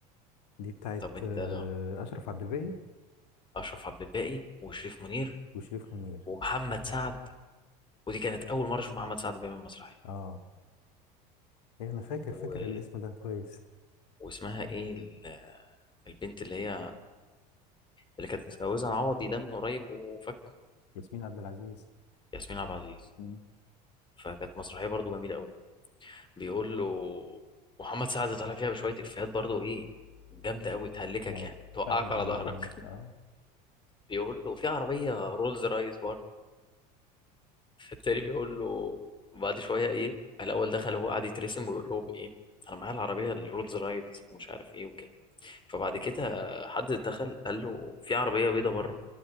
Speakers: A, on the left (about 80°); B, on the left (about 25°).
A: دي بتاعت
B: طب انت
A: آه،
B: ده
A: اشرف عبد الباقي
B: اشرف عبد الباقي وشريف منير
A: وشريف منير
B: ومحمد سعد ودي كانت اول مره اشوف محمد سعد بيعمل مسرحيه
A: اه ايه انا فاكر
B: و...
A: فاكر الاسم ده كويس
B: واسمها ايه ال... البنت اللي هي اللي كانت متجوزه عوضي ده من قريب وفكه
A: ياسمين عبد العزيز
B: ياسمين عبد العزيز
A: مم.
B: فكانت مسرحيه برضو جميله قوي بيقول له محمد سعد طالع فيها بشويه افيهات برضو ايه جامده قوي تهلكك
A: ما هو
B: يعني توقعك
A: فقر ابن
B: على
A: الذين
B: ظهرك <laughs>
A: اه
B: بيقول له في عربيه رولز رايس فالتاني بيقول له بعد شويه ايه الاول دخل هو قاعد يترسم ويقول لهم ايه انا معايا العربيه الرولز رايدز ومش عارف ايه وكده فبعد كده حد دخل قال له في عربيه بيضه بره